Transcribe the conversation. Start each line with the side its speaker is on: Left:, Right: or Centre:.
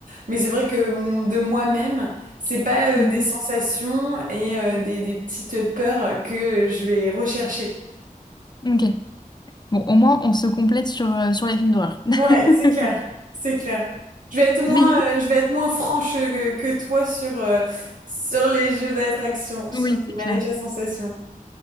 Right: Mais c'est vrai que mm, de moi-même, c'est pas euh,
Left: Mhm.
Right: des sensations et euh, des, des petites peurs que je vais rechercher.
Left: Ok. Bon, au moins, on se complète sur, euh, sur les films d'horreur. <laughs>
Right: Ouais, c'est clair, c'est clair. Je vais être moins,
Left: Mais du coup,
Right: euh, je vais être moins franche que, que toi sur, euh, sur les jeux d'attraction, sur
Left: oui,
Right: les
Left: c'est
Right: manèges
Left: clair.
Right: à sensations.